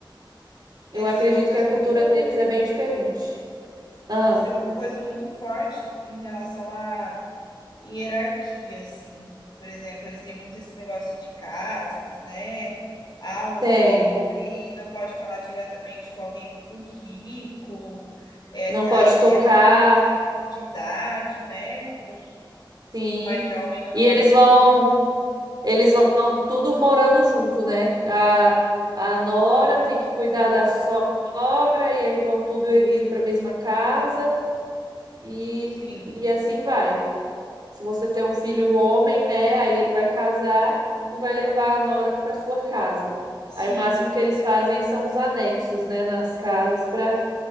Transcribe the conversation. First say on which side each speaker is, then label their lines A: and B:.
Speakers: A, on the left; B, on the right.
A: eles
B: Eu acredito
A: têm uma coisa
B: que a cultura
A: muito
B: deles é bem diferente. Ah,
A: Isso é uma coisa muito forte em relação à hierarquia, assim. Por exemplo, eles têm muito esse negócio de castas, né? Ah, um
B: tem.
A: pobre não pode falar diretamente com alguém muito rico. É,
B: Não pode
A: aí dentro
B: tocar,
A: da família tem a questão de idade, né? Um,
B: sim.
A: um mais jovem não
B: E
A: pode.
B: eles vão, eles vão tudo morando junto, né? A, a nora tem que cuidar da sogra e aí vão tudo indo para a mesma casa e,
A: Sim,
B: e assim vai. Se você tem um filho homem, né? Aí ele vai casar e vai levar a nora para sua casa.
A: sim.
B: Aí o máximo que eles fazem são os anexos, né, nas casas para